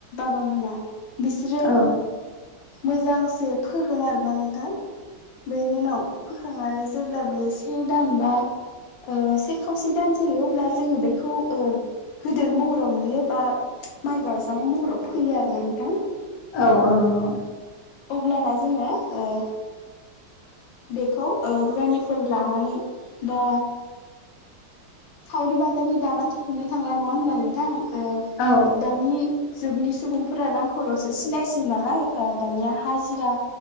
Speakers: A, on the left (about 85°); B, on the left (about 70°).
A: बा मोना बिसोरो
B: औ
A: मोजांसे फोगोन आरो ना नोंथां। बेनि उनाव फोखांनानै जेब्ला बेयो से दान बा ओ से खावसे दान जायो अब्ला जोङो बेखौ ओ गिदिर महराव नुयो बा माइ गायजानाय महराव फैयो आरोना नोंथां।
B: औ औ नंगौ
A: अब्लाना जोङो ओ बेखौ ओ रुवानिफोर लानानै बा सावरि बादलि दानाथ' नुनो थांला नङा होनबा नोंथां ओ
B: औ
A: दानि जुगनि सुबुंफोरा रांखौल'सो सिनायसै नालाय ओ दानिया हाजिरा